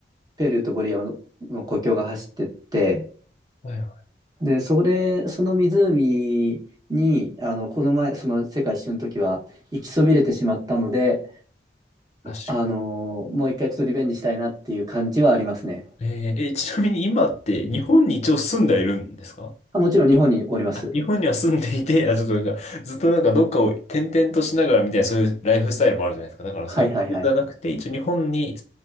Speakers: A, on the right; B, on the left.
A: ペルーとボリビアの、の国境が走ってって、
B: はいはい。
A: で、そこで、その湖に、あの、この前、その世界一周の時は行きそびれてしまったので、
B: 確か
A: あのーもう一回ちょっとリベンジしたいなっていう感じはありますね。
B: に。えーえ、ちなみに今って日本に一応住んでいるんですか
A: あ、もちろん日本におります。
B: あ日本には住んでいて、あ、ちょっとなんか、ずっとなんかどっかを転々としながらみたいな、そういうライフスタイルもあるじゃないですか。だからそういうことじゃなくて、
A: はいはいはい。
B: 一応日本に、